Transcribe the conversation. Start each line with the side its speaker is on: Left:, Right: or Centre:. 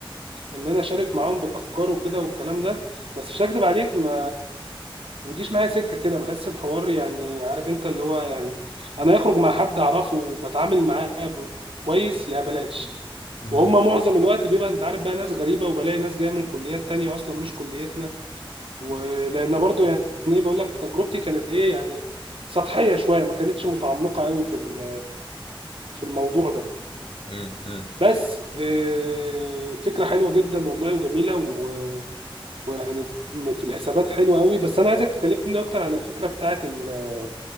Right: ان انا اشارك معاهم بالافكار وكده والكلام ده بس مش هكدب عليك ما ما بيجيش معايا سكة كده بحس الحوار يعني عارف انت اللي هو يعني انا اخرج مع حد اعرفه وبتعامل معاه ب- كويس يا بلاش
Left: بتتعمل
Right: وهم معظم الوقت بيبقى انت عارف بقى ناس غريبة وبلاقي ناس جاية من كليات تانية اصلا مش كليتنا ولان برضو يعني ايه بقول لك تجربتي كانت ايه يعني سطحية شوية ما كانتش متعمقة قوي في ال- في الموضوع ده
Left: امم امم
Right: بس آه، فكرة حلوة جدا والله وجميلة و- ويعني في الحسابات حلوة قوي بس أنا عايزك تكلمني أكتر عن الفكرة بتاعة ال-